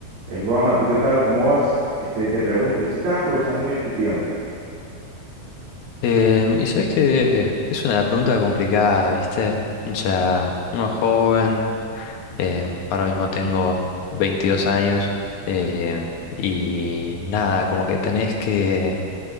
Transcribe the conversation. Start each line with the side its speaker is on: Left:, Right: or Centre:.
Right: Eh, Juanma, ¿tú qué tal? ¿Cómo vas? Este, te pregunto, si estás aprovechando bien tu tiempo?
Left: Em, y sabes que es una pregunta complicada, ¿viste? O sea, uno joven, em, ahora mismo tengo 22 años, em, y nada, como que tenés que